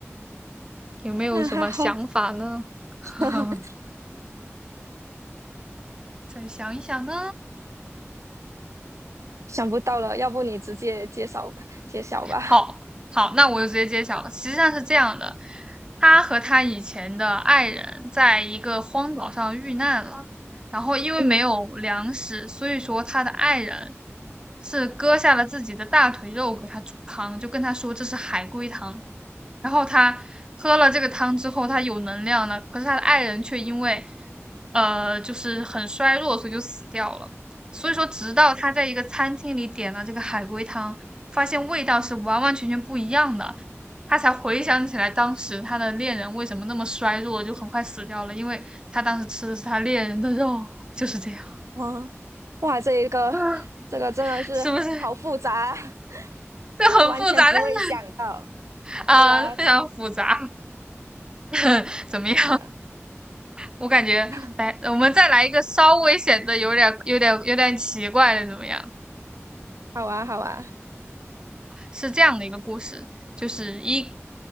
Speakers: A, on the right; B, on the right.
A: 有没有什么想法呢？
B: <laughs> 那还好，
A: <laughs>
B: <laughs>
A: 再想一想呢？
B: 想不到了，要不你直接介绍吧，揭晓吧。
A: 好好，那我就直接揭晓了。实际上是这样的，他和他以前的爱人在一个荒岛上遇难了，然后因为没有粮食，
B: 嗯。
A: 所以说他的爱人是割下了自己的大腿肉给他煮汤，就跟他说这是海龟汤。然后他喝了这个汤之后，他有能量了，可是他的爱人却因为呃就是很衰弱，所以就死掉了。所以说，直到他在一个餐厅里点了这个海龟汤，发现味道是完完全全不一样的，他才回想起来当时他的恋人为什么那么衰弱，就很快死掉了，因为他当时吃的是他恋人的肉，就是这样，
B: 哦，哇，这一个
A: 嗯
B: 这个真的是好复杂
A: 是不是？
B: <laughs>
A: 这很复杂，
B: 就完全不会想到。
A: 但是啊、
B: 对啊，
A: 呃非常复杂，<laughs> 怎么样？
B: 嗯、
A: 我感觉来，
B: <laughs>
A: 我们再来一个稍微显得有点、有点、有点奇怪的，怎么样？
B: 好啊，好啊，
A: 是这样的一个故事，就是一，